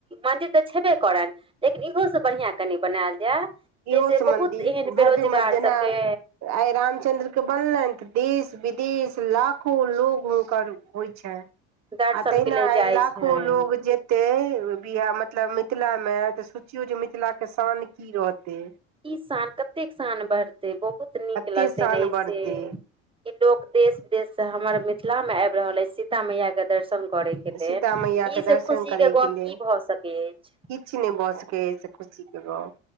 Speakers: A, on the right; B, on the right.
A: मन्दिर तऽ छेबे करनि। लेकिन इहोसँ बढ़िआँ कनि बनायल जाय। जाहिसँ
B: इहो सम्बन्धी,
A: बहुत एहन
B: भव्य
A: बेरोजगार
B: म जेना
A: सभके
B: आइ रामचन्द्रके बनलनि, तऽ देश- विदेश लाखो लोग हुनकर होइ छनि।
A: दर्शनके
B: आ तहिना
A: लेल
B: आय
A: जाइ
B: लाखो
A: छनि
B: लोग जे ते, बि मतलब मिथिलामे तऽ सोचियौ जे, मिथिलाके शान की रहतै।
A: ई सान, कतेक सान बढ़तै बहुत नीक
B: कते
A: लगते
B: शान
A: ने एहिसे
B: बढ़ते
A: ई लोकग देश -विदेश से हमर मिथिला मे आबि रहल अछि सि सीता मैया के दर्शन करे के लेल,
B: सीता मैया के
A: ई
B: दर्शन
A: से खुशी
B: करे
A: के गप
B: लेल
A: की भए सकै अछि।
B: किछु नहि भऽ सकैए, अई से खुशीके गप।